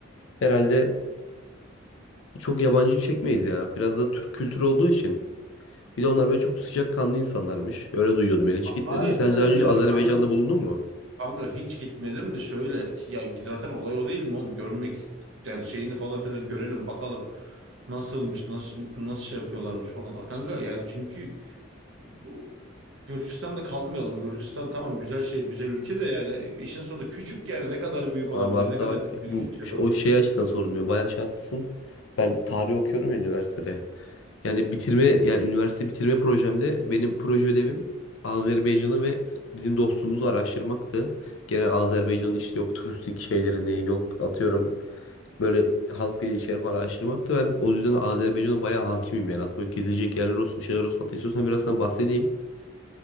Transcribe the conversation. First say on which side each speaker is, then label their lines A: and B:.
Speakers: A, on the left (about 75°); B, on the right (about 65°).
A: Herhalde çok yabancı çekmeyiz ya. Biraz da Türk kültürü olduğu için. Bir de onlar böyle çok sıcakkanlı insanlarmış. Öyle duyuyordum yani hiç gitmedim
B: Aynen
A: de. Sen
B: öyle.
A: daha önce hiç Azerbaycan'da
B: Kanka
A: bulundun mu?
B: Kanka hiç gitmedim de şöyle ya zaten olay o değil mi oğlum? Görmek yani şeyini falan filan görelim bakalım nasılmış nasıl nasıl şey yapıyorlarmış falan. A Kanka yani çünkü o- Gürcistan'da kalmayalım. Gürcistan tamam güzel şey güzel ülke de yani işin sonunda küçük yani ne kadar büyük olabilir
A: Abi hatta
B: ne kadar
A: bak
B: büyük
A: bu
B: şey yapabilir.
A: o şey açısından sorulmuyor. Bayağı şanslısın. Ben tarih okuyorum ya üniversitede. Yani bitirme yani üniversite bitirme projemde benim proje ödevim Azerbaycan'ı ve bizim dostumuzu araştırmaktı. Gene Azerbaycan'ın işte yok turistik şeylerini yok atıyorum böyle halkla ilişkileri falan araştırmaktı. Ben o yüzden Azerbaycan'a bayağı hakimim yani. At böyle gezilecek yerler olsun şeyler olsun. Hatta istiyorsan biraz sana bahsedeyim.